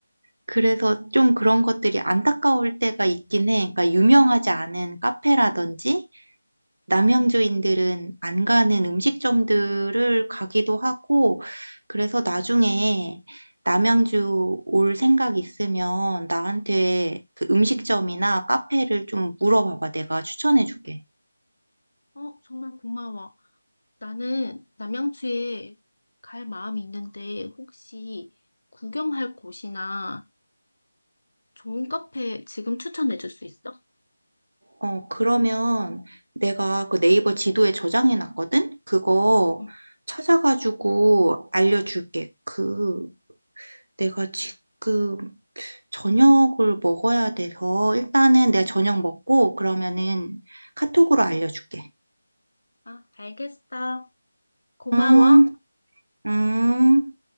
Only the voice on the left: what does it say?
어, 정말 고마워. 나는 남양주에 갈 마음이 있는데 혹시 구경할 곳이나 좋은 카페 지금 추천해 줄 수 있어?
응.
아, 알겠어. 고마워.